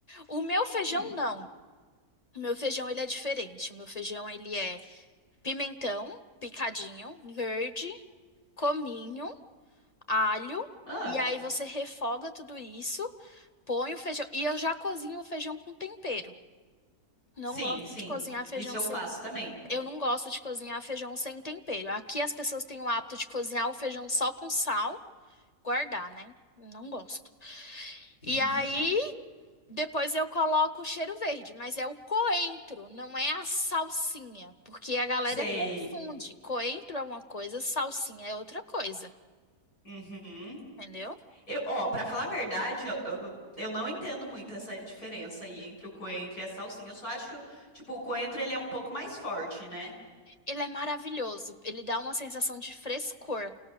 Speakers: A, on the left (about 30°); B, on the left (about 85°).
A: O meu feijão
B: Hum,
A: não. O meu feijão ele é diferente. O meu feijão ele é pimentão picadinho, verde, cominho, alho.
B: ah,
A: E aí você refoga tudo isso, põe o feijão. E eu já cozinho o feijão com tempero. Não
B: sim,
A: gosto
B: sim.
A: de cozinhar feijão
B: Isso eu
A: sem.
B: faço também.
A: Eu não gosto de cozinhar feijão sem tempero. Aqui as pessoas têm o hábito de cozinhar o feijão só com sal, guardar, né? Não gosto.
B: <laughs>
A: E aí, depois eu coloco o cheiro verde, mas é o coentro, não é a salsinha, porque a galera
B: Sei.
A: confunde. Coentro é uma coisa, salsinha é outra coisa,
B: Uhum.
A: entendeu?
B: Eu, ó, pra falar a verdade, eu, eu, eu não entendo muito essa diferença aí entre o coentro e a salsinha. Eu só acho, tipo, o coentro ele é um pouco mais forte, né?
A: Ele é maravilhoso, ele dá uma sensação de frescor.